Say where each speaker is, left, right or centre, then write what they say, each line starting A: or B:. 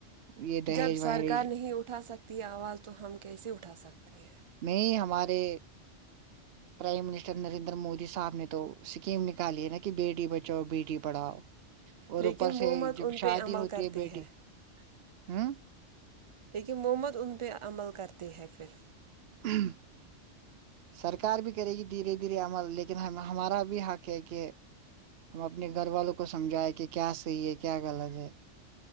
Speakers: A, on the right; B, on the right.
A: یہ دہیج
B: جب سرکار
A: وہیج
B: نہیں اٹھا سکتی ہے آواز تو ہم کیسے اٹھا سکتے ہیں
A: میں ہمارے پرائم منسٹر نریندر مودی صاحب نے تو سکیم نکالی ہے نا کہ بیٹی بچاؤ بیٹی پڑھاؤ اور
B: لیکن
A: اوپر سے
B: وہ مت
A: جب
B: ان پہ
A: شادی
B: عمل
A: ہوتی
B: کرتے
A: ہے بیٹی
B: ہیں
A: ہوں
B: لیکن محمد ان پہ عمل کرتے ہے پھر
A: این سرکار بھی کرے گی دھیرے دھیرے عمل لیکن ہمارا بھی حق ہے کہ ہم اپنے گھر والوں کو سمجھائے کہ کیا صحیح ہے کیا غلط ہے